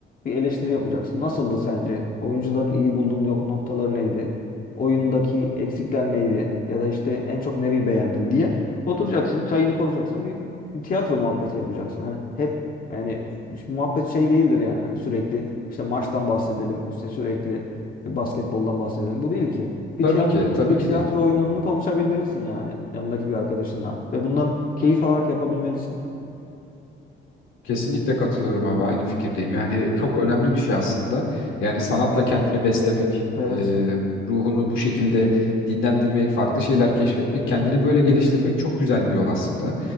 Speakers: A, on the left; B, on the left.
A: Bir eleştiri yapacaksın. Nasıldı sence? Oyuncuların iyi bulduğun yok noktaları neydi? Oyundaki eksikler neydi? Ya da işte en çok nereyi beğendin diye oturacaksın, çayını koyacaksın, bir tiyatro muhabbeti yapacaksın. Hani hep yani şu muhabbet şey değildir yani hani sürekli işte maçtan bahsedelim, işte sürekli basketboldan bahsedelim. Bu değil ki. Bir
B: Tabii
A: tiyatro
B: ki, tabii
A: bir
B: ki
A: tiyatro
B: de.
A: oyununu konuşabilmelisin yani yanındaki bir arkadaşınla ve bundan keyif alarak yapabilmelisin.
B: Kesinlikle katılıyorum abi aynı fikirdeyim. Yani çok önemli bir şey aslında. Yani sanatla kendini beslemek,
A: Evet.
B: e, ruhunu bu şekilde dinlendirmek, farklı şeyler keşfetmek, kendini böyle
A: Hı
B: geliştirmek çok güzel bir yol aslında.